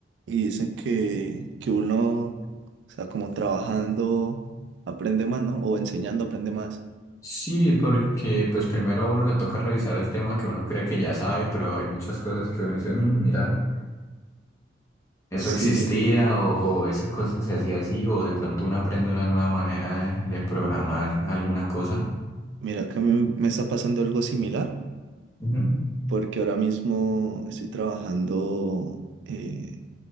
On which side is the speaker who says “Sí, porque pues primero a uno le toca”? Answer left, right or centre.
Left